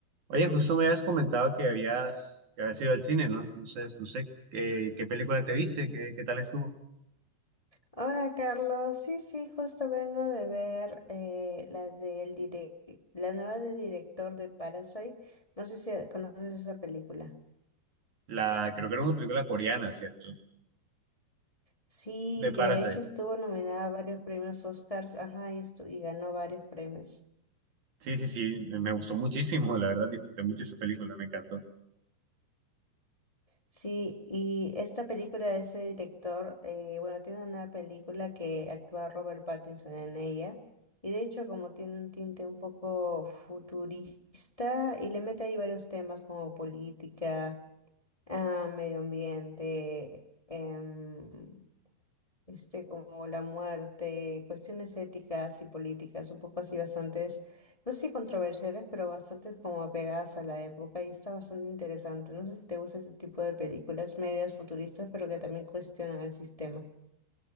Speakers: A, on the right; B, on the left.
A: Oye, justo me habías comentado que habías, que habías ido al cine, ¿no? Entonces, no sé qué, qué película te viste, qué, qué tal estuvo.
B: Hola Carlos, sí, sí, justo vengo de ver eh, las del direc- la nueva del director de Parasite. No sé si conoces esa película.
A: La, creo que era una película coreana, ¿cierto?
B: Sí,
A: De Parasite.
B: que de hecho estuvo nominada a varios premios Oscars, ajá, y, estu- y ganó varios premios.
A: Sí, sí, sí, me gustó muchísimo, la verdad, disfruté mucho esa película, me encantó.
B: Sí, y esta película de ese director, eh, bueno, tiene una nueva película que actúa Robert Pattinson en ella. Y de hecho, como tiene un tinte un poco futurista, y le mete ahí varios temas como política ah, medio ambiente, em, este, como la muerte, cuestiones éticas y políticas, un poco así bastantes, no sé si controversiales, pero bastantes como apegadas a la época y está bastante interesante. No sé si te gusta ese tipo de películas medias futuristas, pero que también cuestionan el sistema.